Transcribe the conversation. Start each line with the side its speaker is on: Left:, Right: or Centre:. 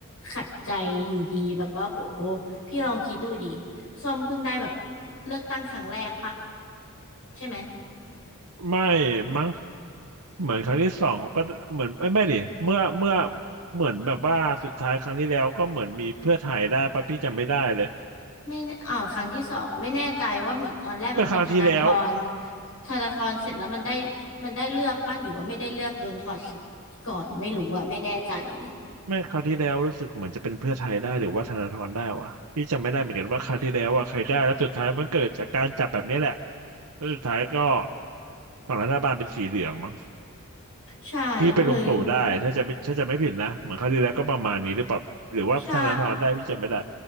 Left: ขัดใจอยู่ดีแบบว่าโหพี่ลองคิดดูดิส้มเพิ่งได้แบบเลือกตั้งครั้งแรกปะใช่ไหม
Right: ไม่ไม่มั้ง เหมือนครั้งที่สองเขาก็เหมือนไม่ไม่ดิเมื่อเมื่อเหมือนแบบว่าสุดท้ายครั้งที่แล้วก็เหมือนมีเพื่อไทยได้ปะพี่จำไม่ได้เลย
Left: ไม่อ่าวครั้งที่สองไม่แน่ใจว่าเหมือนตอนแรกมันเป็นธนาธร
Right: เมื่อครั้งที่แล้ว
Left: ธนาธรเสร็จแล้วมันได้มันได้เลือกปะหรือว่าไม่ได้เลือกโดนถอดสิทธิ์ก่อนไม่รู้อ่ะไม่แน่ใจเลย
Right: เมื่อครั้งที่แล้วรู้สึกเหมือนจะเป็นเพื่อไทยได้หรือว่าธนาธรได้วะพี่จำไม่ได้เหมือนกันว่าครั้งที่แล้วว่าใครได้แล้วสุดท้ายมันเกิดจากการจับแบบนี้แหละแล้วสุดท้ายก็ฝั่งรัฐบาลเป็นสีเหลืองมั้ง
Left: ใช่ก็เลย
Right: ที่เป็นลุงตู่ได้ถ้าจะไม่ถ้าจะไม่ผิดนะเหมือนครั้งที่แล้วก็ประมาณนี้หรือเปล่าหรือว่าธนาธรได้พี่จำไม่ได้
Left: ใช่